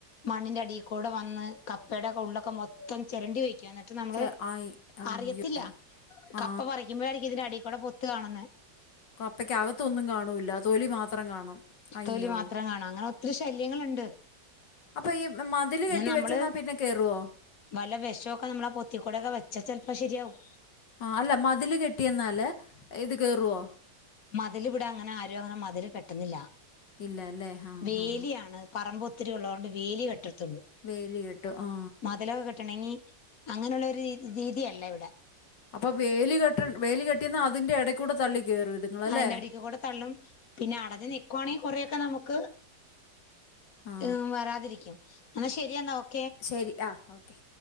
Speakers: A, on the left; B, on the left.
A: മണ്ണിന്റെ അടിയിക്കൂടെ വന്ന് കപ്പേടെക്കെ ഉള്ളൊക്കെ മൊത്തം ചിരണ്ടി വെക്കും എന്നിട്ട് നമ്മള്
B: ചെ ആയി അയ്യോ
A: അറിയത്തില്ല
B: ആ
A: കപ്പ പറിക്കുമ്പോഴാരിക്കും ഇതിന്റെ അടി കൂടെ പൊ ത്ത് കാണുന്നെ
B: കപ്പക്കകത്തൊന്നും കാണൂല്ല തോലി മാത്രം കാണും അയ്യോ
A: തൊലി മാത്രം കാണു അങ്ങനെ ഒത്തിരി ശൈ ലെങ്ങള്ണ്ട്
B: അപ്പൊ ഈ മതില്
A: പിന്നെ
B: കെട്ടി
A: നമ്മള്
B: വെച്ചെന്നാ പിന്നെ കേറുവോ
A: വല്ല വെഷോക്കെ നമ്മളാ പൊത്തിക്കൂടൊക്കെ വെ ചച്ചൽപ്പ ശരിയാവും
B: ആ അല്ല മതില് കെട്ടിയന്നാല് ഇത് കേറുവോ
A: മതിലിവിടെ അങ്ങനെ ആരും അങ്ങനെ മതില് കെട്ടുന്നില്ല
B: ഇല്ല അല്ലേ ആ
A: വേലിയാണ്
B: ആ
A: പറമ്പു ഒത്തിരി ഉള്ളോണ്ട് വേലി വെട്ട് തൊള്ളു
B: വേലി കെട്ടും ആ
A: മതലവ കെട്ടണങ്ങി അങ്ങനുള്ളൊരു രീതി രീതിയല്ല ഇവിടെ
B: അപ്പൊ വേലി കെട്ട വേലി കെട്ടിയുന്ന അതിന്റെ എടെക്കൂടെ തള്ളി കയറും ഇതുങ്ങളല്ലേ
A: അതിന്റെ അടിക്ക് കൂടെ തള്ളും പിന്നെ അടഞ്ഞ് നിക്കുവാണെ കൊറേയൊക്കെ നമുക്ക്
B: ആ
A: എം വരാതിരിക്കും എന്നാ ശരിയെന്നാ ഓ
B: ശരി ആ ഓക്കെ